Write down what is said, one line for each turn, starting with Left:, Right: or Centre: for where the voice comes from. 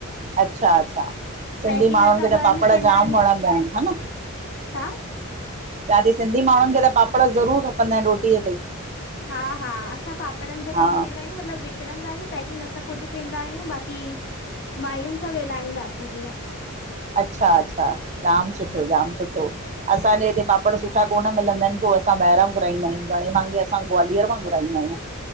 Right: अच्छा-अच्छा। सिंधी
Left: पैकिंग
Right: माण्हुनि
Left: असां
Right: खे
Left: घर
Right: त पापड़
Left: में कंदा
Right: जाम
Left: आहियूं
Right: वणंदा आहिनि हा न।
Left: छा?
Right: चव थी सिंधी माण्हुनि खे त पापड़ ज़रूरु खपंदा आहिनि रोटीअ ते।
Left: हा हा, असां पापड़नि जो कमु
Right: हा
Left: कंदा आहियूं मतिलबु विकिणंदा आहियूं पैकिंग असां ख़ुदि कंदा आहियूं, बाक़ी माययुनि सां वेलाईंदा आहियूं ईअं।
Right: अच्छा अच्छा, जाम सुठो
Left: हा,
Right: जाम सुठो असांजे हिते पापड़ सुठा कोन मिलंदा आहिनि पोइ अस ॿाहिरां घुराईंद आहियूं घणे भांगे असां ग्वालियर मां घुाययूं खाईंद आहियूं।